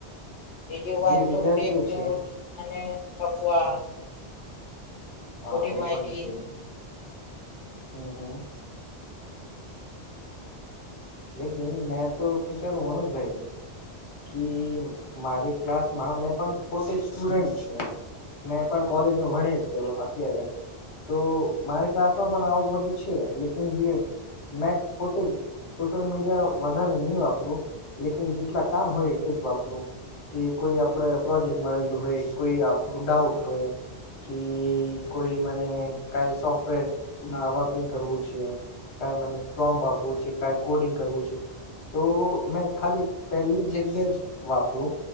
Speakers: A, on the left (about 85°); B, on the left (about 70°).
A: બીજી વાત
B: જે વિદ્યાર્થીઓ
A: તો ફેક ન્યુઝ
B: છે
A: અને અફવા.
B: હા
A: મોટી-મોટી.
B: એ પણ છે હમ, હમ. લકિ મેં તો બેચારું મનુજભાઈ. કે મારી ક્લાસમાં મે પણ પોતે સ્ટુડન્ટ છું, મે પણ કોલેજ ભણે જ કરો, અત્યારે તો મારી ક્લાસમાં પણ આવું બધું છે, લેકન જે મેં પોતે જ સોશિયલ મીડિયા વધારે નહી વાપરું, લેકન જેટલા કામ હોય, એટલે જ વાપરું. કે કોઈ આપડે પ્રોજેક્ટ મળેલું હોય, કોઈ આપણું ડાઉટ હોય. કે કોઈ મને કઈ સોફ્ટવેર વર્કિંગ કરવું છે. ક મને પ્રોમ્પ આપવું છે, ક કોડિંગ કરવું છે, તો મેં ખાલી પહેલી જગ્યા જ વાપરું,